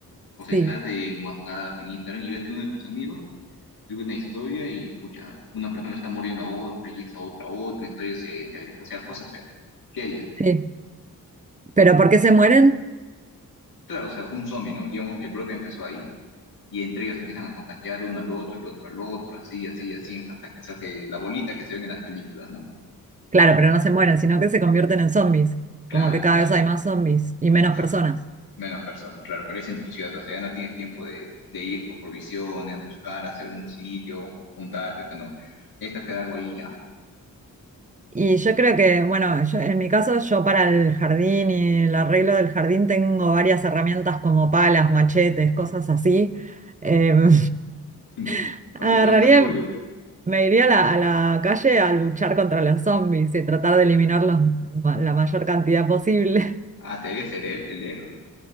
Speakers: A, on the left (about 85°); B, on the right (about 20°).
A: O sea,
B: sí,
A: estás en WhatsApp, en Instagram y ves que uno de tus amigos sube una historia y, pucha, una persona está muriendo a otra y esa otra a otra, entonces se, se agrede. O sea, cosas feas. ¿Qué harías?
B: sí. ¿Pero por qué se mueren?
A: Claro, o sea, un zombie, ¿no? Digamos que el brote empezó ahí y entre ellos empiezan a contagiar uno al otro, el otro al otro, así, así, así, hasta que se hace la bolita que se ven en las películas, ¿no?
B: Claro, pero no se mueren, sino que se convierten en zombies.
A: Claro,
B: Como que cada
A: claro,
B: vez hay más zombies y menos
A: ajá,
B: personas.
A: menos personas, claro, pero es en tu ciudad, o sea, ya no tienes tiempo de, de ir por provisiones, buscar, hacer un sitio, juntarte, o sea, no, es hacer algo ahí ya. <laughs>
B: Y yo creo que, bueno, yo- en mi caso, yo para el jardín y el arreglo del jardín tengo varias herramientas como palas, machetes, cosas así. Em,
A: Mm.
B: <laughs>
A: O
B: agarraría
A: sea, tú ya estás full. ya.
B: Me iría a la, a la calle a luchar contra los zombies y tratar de eliminarlos ma- la mayor cantidad posible. <laughs>
A: Ah, te debería ser el, el héroe.